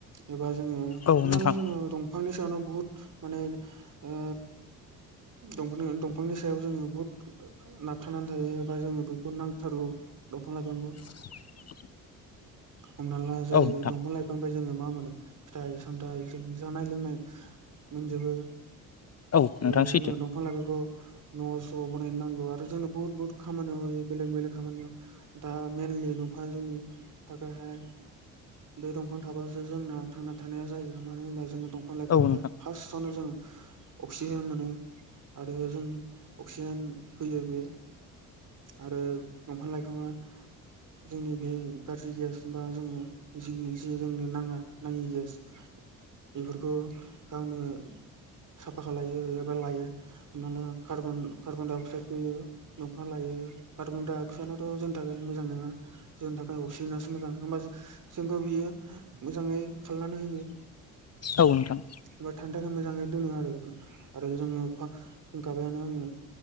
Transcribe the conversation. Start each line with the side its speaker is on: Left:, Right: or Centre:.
Right: एबा जोङो
Left: औ
Right: हमना
Left: नोंथां
Right: ला जोङो दंफांनि सायावनो बुहुत माने ओ दंफां दंफांनि सायाव जोङो बुहुद नाबथानानै थायो एबा जोङो बेखौ नांथारगौ। दंफां लाइफांखौ।
Left: <inaudible>
Right: हमना ला जेरै
Left: औ नोंथां
Right: दंफां लाइफांफाय जोङो मा मोनो फिथाइ सामथाइ जों जानाय लोंनाय मोनजोबो।
Left: औ
Right: आरो
Left: नोंथां सैथो
Right: जोङो दंफां लाइफांखौ न' स' बनायनो नांगौ आर जोंनो बुहुत बहुत खामानियाव होयो बेलेग बेलेग खामानियाव दा मेनलि दंफाङा जोंनि थाखाय दै दंफां थाबासो जोंना थांना था थानाय जायो मानो होनबा जोङो दंफां लाइफांनिफ्राय
Left: औ नोंथां
Right: फार्स्टआवनो जोङो। अक्सिजेन मोनो आरो जोंनि अक्सिजेन होयो बे आरो दंफां लाइफाङा जोंनि बे गाज्रि गेस बा जोङो जोंनि जोंनो नाङा नाङि गेस बेफोरखौ गावनो साफा खालायो एबा लायो हमना ला कार्बन-कार्बन दडाइ अक्साइड होयो दंफां लायो। लायो कार्बनडाइ अक्साइड दाथ' जोंनि थाखाय मोजां नङा जोंनि थाखाय अक्सिजनासो मोजां ओमबा जों खौ बियो मोजाङै खालामनानै होयो।
Left: औ नोंथां।
Right: एबा थानो मोजाङै दोनो आरो बे आरो जोङो होनखाबायानो आङो